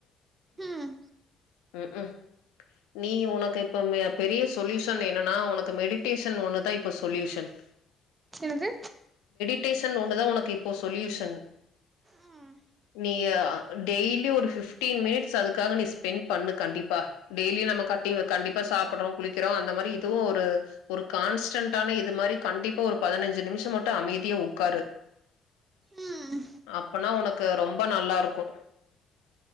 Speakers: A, on the right; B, on the left.
A: ம்
B: உம் உம் நீ உனக்கு இப்ப பெரிய சொல்யூஷன் என்னன்னா உனக்கு மெடிடேஷன் ஒண்ணுதான் இப்ப சொல்யூஷன்
A: என்னது
B: மெடிடேஷன் ஒண்னு தான் உனக்கு இப்போ சொல்யூஷன்
A: ம்
B: நீ டெய்லி ஒரு பிப்டீன் மினிட்ஸ் அதுக்காக நீ ஸ்பென் பண்ணு கண்டிப்பா டெய்லி நம்ம கட் கண்டிப்பா சாப்பிடுறோம் குளிக்கிறோம் அந்த மாதிரி இதுவும் ஒரு ஒரு கான்ஸ்டண்டடான இது மாதிரி கண்டிப்பா ஒரு பதினஞ்சு நிமிஷம் மட்டும் அமைதியா உட்காரு
A: ம் ம்
B: அப்பனா உனக்கு ரொம்ப நல்லா இருக்கும்